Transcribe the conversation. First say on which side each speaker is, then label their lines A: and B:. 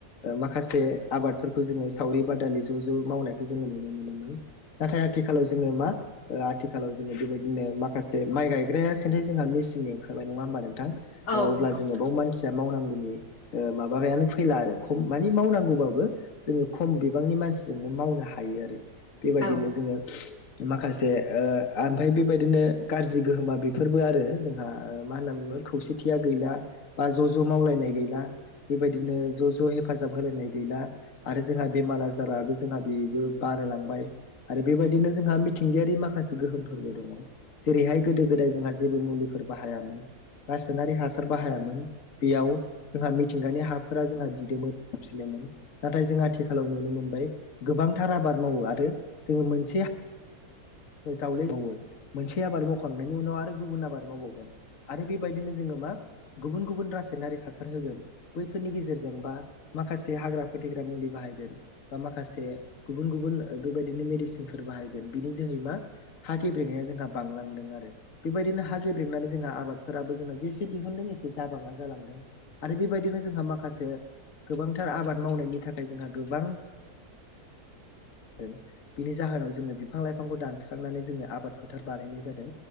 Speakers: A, on the left; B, on the left.
A: ओ माखासे आबादफोरखौ जोङो सावरि बादालि ज' ज' मावनायखौ जोङो नुनो मोनोमोन। नाथाय आथिखालाव जोङो मा आथिखालाव जोङो बेबायदिनो माखासे माइ गायग्राया सेन्थाय जोंहा मेचि दिनै ओंखारबाय नङा होनबा नोंथां
B: औ
A: ओ अब्ला
B: नोंथां
A: जोंयोबाव मावथिआ मावनांगु नि ओ माबायानो फैला आरो खम मावनांगौबाबो जोङो खम बिबांनि मानसिजोंनो मावनो हायो आरो बेबायदिनो
B: औ
A: जोङो माखासे ओ ओनफाय बेबायदिनो गारजि गोहोमा बेफोरबो आरो जोंहा ओ मा होनना बुङो खौसेथिया गैला बा ज' ज' मावलायनाय गैला बेबायदिनो ज' ज' हेफाथ हेजाब होलायनाय गैला आरो जोंहा बेमार आजाराबो जोंहा बेबो बारायलांबाय आरो बेबायदिनो जोंहा मिथिंगायारि माखासे गोहोमफोरबो दङ जेरैहाय गोदो गोदाय जोंहा जेबो मुलिफोर बाहायामोन रासोननारि हासार बाहायामोन बेयाव जोंहा मिथिंगानि हाफोरा जोंहा दिदोमैफिनोमोन नाथाय जों आथिखालाव नुनो मोनबाय गोबांथार आबाद मावो आरो जोङो मोनचेआ जावले मावो मोनसे आबाद मावखांनायनि उनाव आरो गुबुन आबाद मावबावगोन आरो बेबायदिनो जोङो मा गुब गुब रासेनारिख हासार होगोन बैफोरनि गेजेरजों बा माखासे हाग्रा फोथैगो दा मुलि बाहायदों बा माखासे गुबुन गुबुन ओ बेबायदिनो मेदिचिनफोर बाहायगोन बेनिज जोहै मा हाेब्रेेंनाया जोंहा बांलांदों आरो बेबायदिनो हाागेब्रेंनानै जोंहा आबादफोराबो जोंना जेसे दिहुनदों एसे जाबाङा जालांदों आरो बेबायदिनो जोंहा माखासे गोबांथार आबाद मावनायनि थाखाय जोंहा गोबां दों बिनि जाहोनाव जोंनो बिफां लाइफांखौ दानस्रांनानै जोंओ आबाद फोथार बानायनाय जादों